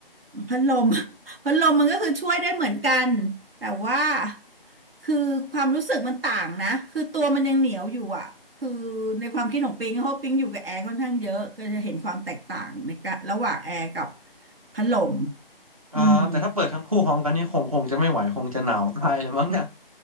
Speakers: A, on the right; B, on the right.
A: พัดลม <laughs> พัดลมมันก็คือช่วยได้เหมือนกันแต่ว่าคือความรู้สึกมันต่างนะคือตัวมันยังเหนียวอยู่อ่ะคือในความคิดของปิงเพราะปิงอยู่กับแอร์ค่อนข้างเยอะก็จะเห็นความแตกต่างในการระหว่างแอร์กับพัดลม
B: อ่าแต่ถ้าเปิดทั้งคู่พร้อมกันนี่คงคงจะไม่ไหวคงจะหนาวตายเลยมั้งเนี่ย
A: อืม